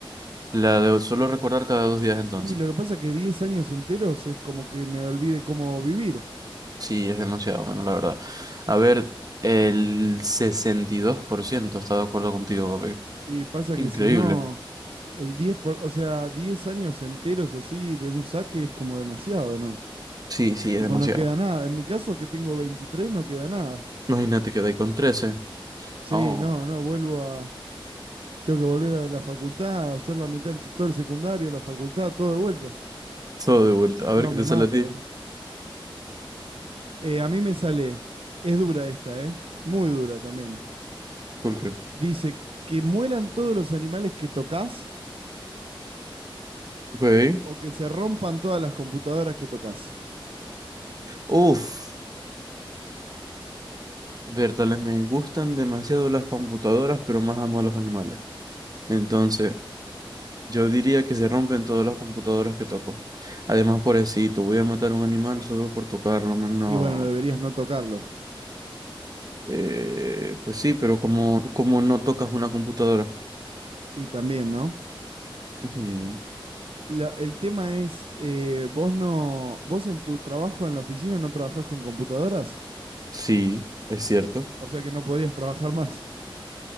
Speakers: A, on the right; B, on the right.
A: La de solo recordar cada dos días entonces.
B: Y lo que pasa es que 10 años enteros es como que me olvide cómo vivir.
A: Sí, es demasiado, men, la verdad. A ver, el 62% está de acuerdo contigo, papi.
B: Y pasa
A: Increíble.
B: que si no, el 10 por, o sea, 10 años enteros así de un saque es como demasiado, ¿no?
A: Sí, sí,
B: Tipo,
A: es demasiado.
B: no queda nada. En mi caso, que tengo 23, no queda nada.
A: Imagínate que dais con trece
B: Sí,
A: Oh,
B: no, no, vuelvo a, Tengo que volver a la facultad, hacer la mitad, del- todo el secundario, la facultad, todo de vuelta.
A: todo de vuelta. A
B: No,
A: ver qué
B: me
A: te sale
B: mato,
A: a ti.
B: boludo. Eh, a mí me sale, es dura esta, ¿eh? Muy dura también.
A: ¿Por qué?
B: Dice, que mueran todos los animales que tocas
A: Ok.
B: o que se rompan todas las computadoras que tocas.
A: Uf. Bertales, me gustan demasiado las computadoras, pero más amo a los animales. Entonces, yo diría que se rompen todas las computadoras que toco. Además, pobrecito, voy a matar a un animal solo por tocarlo. men, No.
B: Y bueno, no deberías no tocarlo.
A: Eh, pues sí, pero como, como no tocas una computadora.
B: Y también, ¿no?
A: Ujú,
B: La- el tema es, eh, vos no, vos en tu trabajo en la oficina no trabajás con computadoras,
A: Sí, es cierto.
B: o sea que no podrías trabajar más.